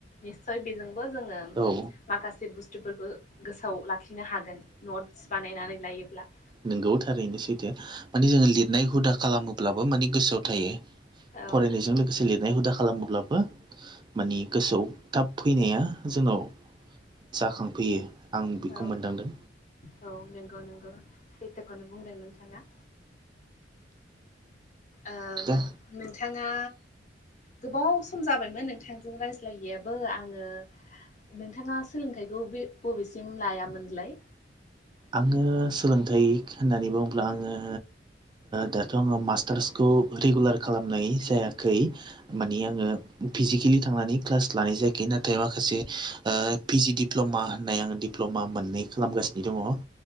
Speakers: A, on the left (about 40°); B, on the right (about 25°).
A: निस्सय बेजोंबो जोङो
B: औ
A: माखासे बुस्थुफोरखौ गोसोआव लाखिनो हागोन नटस बानायनानै लायोब्ला
B: नंगौ थारैनो सैथो माने जोङो लिरनाय हुदा खालामोब्लाबो मान गोसोआव थायो
A: औ
B: फरायनायजों लोगोसे लिरनाय हुदा खालामोब्ला बा मानि गोसोआव थाब फैनाया जोंनाव जाखांफैयो। आं बेखौ
A: औ
B: मोनदांदों।
A: औ नंगौ नंगौ सैथोखौनो बुंदों नोंथाङा ओ
B: दा
A: नोंथाङा गोबाव सम जाबायमोन नोंथांजों रायज्लायैयाबो आङो नोंथाङा सोलोंथाइखौ बे बबेसिम लायामोनलाय?
B: आङो सोलोंथाइ होननानै बुङोब्ला आङो दाथ' आङो मास्टार्सखौ रेगुलार खालामनाय जायाखै माने आङो फिजिकेलि थांनानै क्लास लानाय जायाखै नाथाय माखासे पि जि डप्ल'मा होननाय आङो दिप्ल'मा मोननै खालामगासिनो दङ।